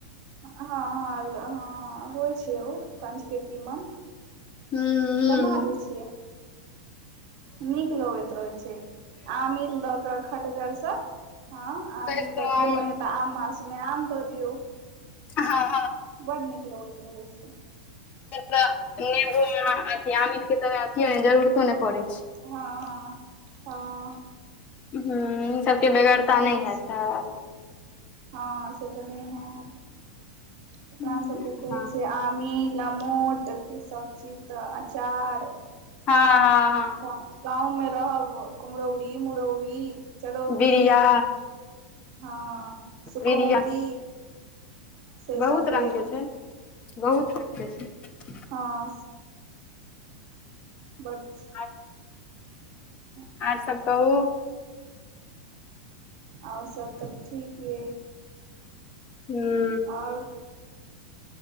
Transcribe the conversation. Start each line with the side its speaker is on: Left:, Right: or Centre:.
Right: हँ ह ह होइ छै उ <unintelligible> कंच के तीमन
Left: हूँ हूँ
Right: बना लेय छियै नीक लगैत रहैत छै आमिल दऽ कऽ खटगरसँ हँ आमील
Left: सरिसो
Right: दऽ दियऔ
Left: आम
Right: नहि तऽ आम मास मे आम दऽ दियौ
Left: हँ हँ हँ
Right: बड नीक लगैत रहैत छै
Left: हमरा तऽ <unintelligible> नेबो अथी आमील के तऽ अथि जरूरतो नै पड़ै छै
Right: हँ हँ हँ
Left: हु सबके बेगैरता
Right: सएह होइ
Left: नहि हेतै
Right: छै हँ से तऽ नहि हैत अपना
Left: हँ
Right: सभके तऽ
Left: हँ
Right: होै छै आमील मोटसभ चीज तऽ अचार
Left: हँ हँ
Right: गा गाँवमे रहब कुम्हरौरी मुरौरी चरौरी
Left: बिड़िया
Right: हँ सुखौती
Left: बिड़िया
Right: से
Left: बहुत
Right: सब भेल
Left: रंग के छै बहुत रंग के छै
Right: हँ बड छै
Left: आ <unintelligible>
Right: हू
Left: अओर सब कहू
Right: अओर सब तऽ ठीक यइ
Left: हूँ
Right: और